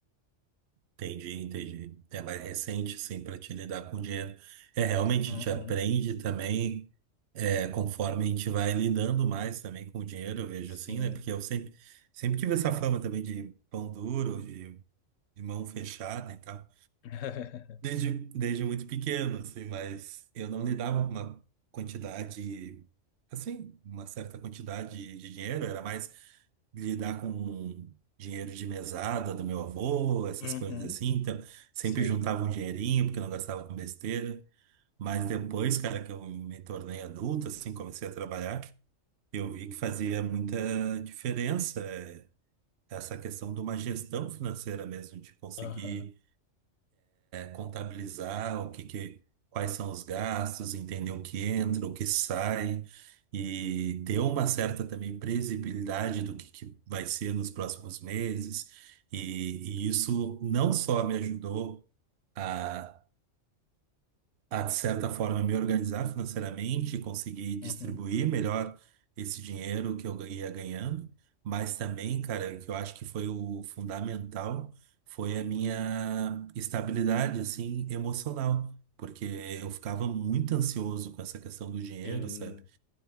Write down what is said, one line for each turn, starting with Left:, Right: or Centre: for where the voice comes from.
Right: entendi, entendi. É mais recente, sim, para te lidar com dinheiro. É, realmente,
Left: Uhum,
Right: a gente aprende também, é, conforme a gente vai lidando mais também com o dinheiro, eu vejo
Left: sim.
Right: assim, né? Porque eu sempre, sempre tive essa fama também de pão duro, de, de mão fechada e tal,
Left: <laughs>
Right: desde, desde muito pequeno, assim, mas eu não lidava com uma quantidade, assim, uma certa quantidade de, de dinheiro, era mais. lidar com dinheiro de mesada do meu avô, essas
Left: Uhum,
Right: coisas assim. Então, sempre
Left: sei.
Right: juntava um dinheirinho porque eu não gastava com besteira. Mas depois, cara, que eu me tornei adulto, assim, comecei a trabalhar, eu vi que fazia muita diferença eh, essa questão de uma gestão financeira mesmo, de conseguir
Left: Aham,
Right: contabilizar o que, que quais são os gastos, entender o que entra, o que sai e ter uma certa também previsibilidade do que, que vai ser nos próximos meses. E, e isso não só me ajudou a a, de certa forma, me organizar financeiramente, conseguir distribuir
Left: uhum,
Right: melhor esse dinheiro que eu ga- ia ganhando, mas também, cara, que eu acho que foi o fundamental, foi a minha estabilidade, assim, emocional, porque eu ficava muito ansioso com essa questão do dinheiro,
Left: sim.
Right: sabe?